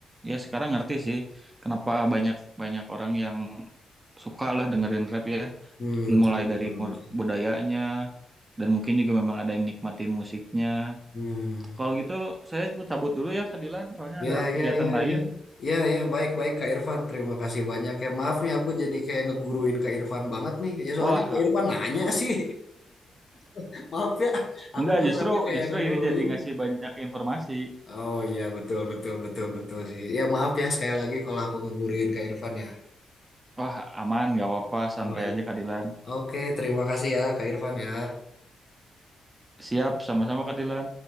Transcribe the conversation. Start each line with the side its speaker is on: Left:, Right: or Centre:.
Right: ya sekarang ngerti sih kenapa banyak banyak orang yang suka lah dengerin rap ya
Left: Hmm, betul,
Right: mulai
Left: betul.
Right: dari mur- budayanya dan mungkin juga memang ada yang nikmatin musiknya
Left: Hmm.
Right: kalau gitu saya tuh cabut dulu ya ke Dilan soalnya
Left: Ya,
Right: ada kegiatan
Left: ya, ya,
Right: lain
Left: ya. Ya, ya, baik-baik Kak Irfan. Terima kasih banyak ya. Maaf nih aku jadi kayak ngeguruin Kak Irfan banget nih. Ya soalnya
Right: Wah,
Left: Kak Irfan nanya sih. <laughs> Maaf ya, aku
Right: enggak
Left: kesannya
Right: justru
Left: kayak
Right: justru
Left: ngeguruin.
Right: ini jadi ngasih banyak informasi.
Left: Oh iya, betul, betul, betul, betul sih. Ya maaf ya sekali lagi kalau aku ngeguruin Kak Irfan ya.
Right: Wah, aman, nggak apa-apa, santai
Left: Aman.
Right: aja Kadilan.
Left: Oke, terima kasih ya Kak Irfan ya.
Right: Siap, sama-sama Kadilan.